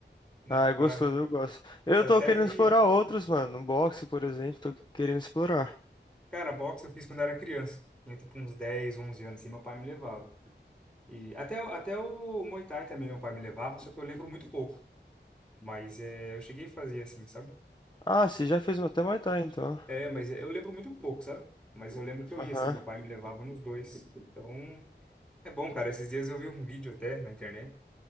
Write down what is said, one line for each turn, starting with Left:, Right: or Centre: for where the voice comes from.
Centre: né?
Left: Ah,
Centre: Pra...
Left: é gostoso, eu gosto. Eu
Centre: Eu
Left: tô
Centre: até
Left: querendo
Centre: vi,
Left: explorar outros, mano. No boxe, por exemplo, tô querendo explorar.
Centre: cara, boxe eu fiz quando era criança. Tinha tipo uns 10 11 anos, assim, meu pai me levava. E até, o- até o Muay Thai também meu pai me levava, só que eu lembro muito pouco. Mas é, eu cheguei a fazer assim, sabe?
Left: Ah, você já fez até Muay Thai, então.
Centre: É, mas eu lembro muito pouco, sabe? Mas eu lembro que eu
Left: Aham.
Centre: ia assim, meu pai me levava nos dois. Então, é bom, cara. Esses dias eu vi um vídeo até na internet